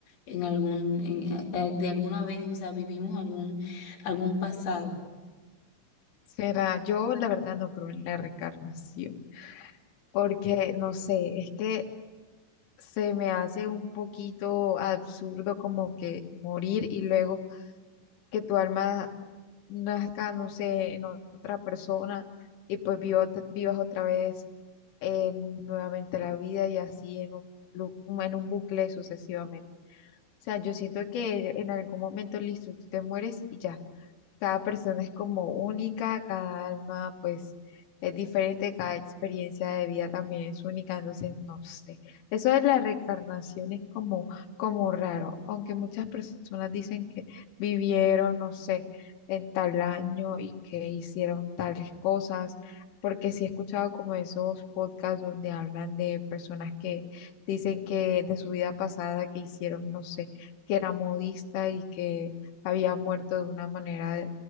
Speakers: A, on the left; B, on the left.
A: en algún, en- eh, de alguna vez, o sea, vivimos algún, algún pasado.
B: será. Yo la verdad no creo en la reencarnación, porque no sé, es que se me hace un poquito absurdo como que morir y luego que tu alma nazca, no sé, en otra persona y pues vivo- vivas otra vez eh, nuevamente la vida y así en un, lu- en un bucle sucesivamente. O sea, yo siento que en algún momento, listo, tú te mueres y ya. Cada persona es como única, cada alma pues es diferente, cada experiencia de vida también es única, entonces no sé. Eso de la reencarnación es como, como raro, aunque muchas personas dicen que vivieron, no sé, en tal año y que hicieron tales cosas, porque sí he escuchado como esos podcasts donde hablan de personas que dicen que de su vida pasada que hicieron, no sé, que era modista y que había muerto de una manera